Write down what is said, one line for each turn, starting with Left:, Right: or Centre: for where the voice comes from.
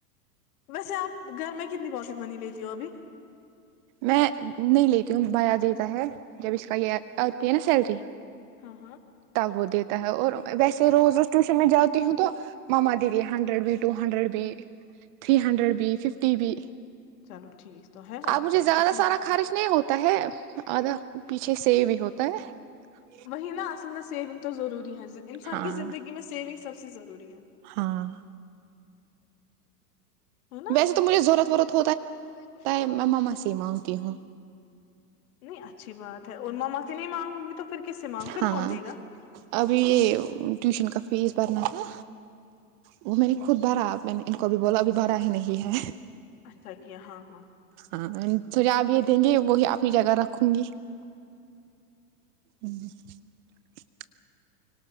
Left: ویسے آپ گھر میں کتنی بست منی لیتی ہو ابھی
Right: میں نہیں لیتی ہوں بیا دیتا ہے جب اس کا یہ آتی ہے نا سلری
Left: ہاں ہاں
Right: تب وہ دیتا ہے اور ویسے روز روز ٹیوشن میں جاتی ہوں تو مما دیدی ہنڈریڈ بھی ٹو ہنڈریڈ بھی تھری ہنڈریڈ بھی ففٹی بھی
Left: چلو ٹھیک تو ہے آپ
Right: اب مجھے
Left: کیا
Right: زیادہ
Left: اس میں
Right: سارا خرچ نہیں ہوتا ہے
Left: ہے
Right: آدھا پیچھے سے بھی ہوتا ہے <unintelligible>
Left: وہیں نہ نا اصل نا سیونگ تو ضروری ہے <unintelligible> انسان
Right: ہاں
Left: کی زندگی میں سیونگ سب سے <unintelligible> ضروری ہے <inaudible>
Right: ہاں <inaudible>
Left: نا
Right: ویسے ضرورت
Left: تو
Right: ورورت
Left: مجھے ضورت ورت ہوتا ہے کچھ لانا
Right: میں
Left: ہوتا
Right: ماما
Left: ہے
Right: سے ہی مانگتی ہوں
Left: <unintelligible> اچھی بات ہے اور میں مست نہیں مانوں گی تو <unintelligible> مانگ پھر
Right: ہاں
Left: کون دے گا
Right: ابھی یہ ٹیوشن کا فیس بھرنا تھا وہ میں نے خود بھرا میں نے ان کو <unintelligible> بھرا ہی نہیں ہے
Left: اچھا کیا ہاں ہاں <inaudible>
Right: ہاں تو جو آپ یہ دیں گے وہی اپنی جگہ رکھوں گی <unintelligible>